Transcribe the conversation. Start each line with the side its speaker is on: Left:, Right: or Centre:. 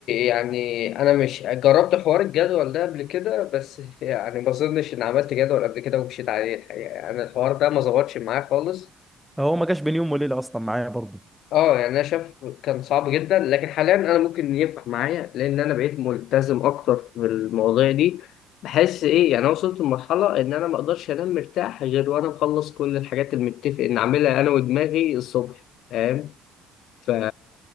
Left: يعني انا مش جربت حوار الجدول ده قبل كده بس يعني ما اظنش ان عملت جدول قبل كده ومشيت عليه الحقيقة يعني الحوار ده ما ظبطش معايا خالص
Centre: هو ما جاش بين يوم وليله اصلا معايا برضو
Left: اه يعني انا شايف كان صعب جدا لكن حاليا انا ممكن ينفع معايا لان انا بقيت ملتزم اكتر في المواضيع دي بحس ايه يعني انا وصلت لمرحله ان انا ما اقدرش انام مرتاح غير وانا مخلص كل الحاجات اللي متفق ان اعملها انا ودماغي الصبح فاهم ف